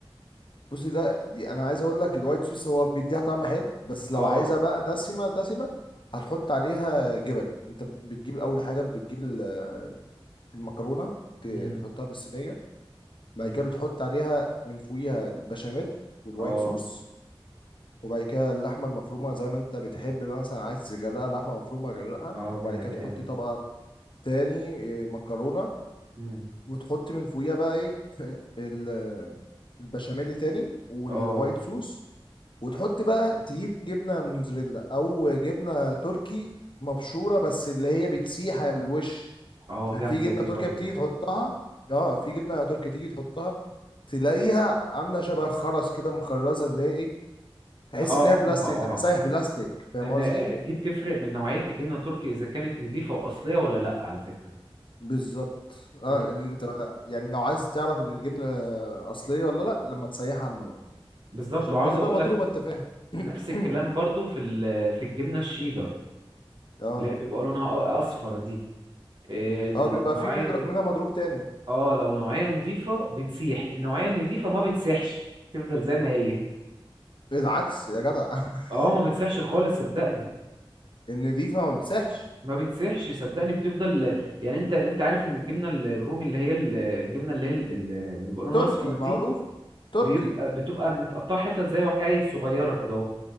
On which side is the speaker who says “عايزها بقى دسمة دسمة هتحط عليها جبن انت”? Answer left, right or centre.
Left